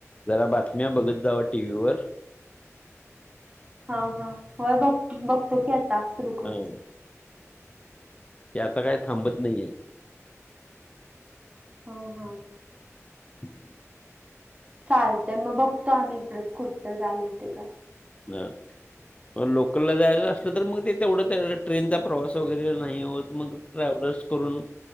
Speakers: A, on the left (about 25°); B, on the right (about 25°).
A: जरा बातम्या बघत जावा टीव्हीवर.
B: हा हा होय बघ बघतो की आता सुरू करतो.
A: हं ते आता काय थांबत नाहीये.
B: हो हा
A: <unintelligible>
B: चालतय मग बघतो आम्ही इकडच कुठ तर जायला येते का
A: मग पण लोक तूला जायला असलं तर मग ते तेवढं ट्रेनचा प्रवास वगैरे नाही होत मग ट्रॅव्हलर्स करून